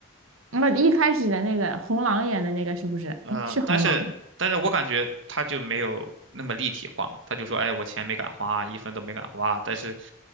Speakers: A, on the right; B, on the right.
A: 那一开始的那个红狼演的那个是不是？
B: 呃，
A: 哎，是红狼吗？
B: 但是但是我感觉他就没有那么立体化嘛，他就说，哎，我钱没敢花，一分都没敢花，但是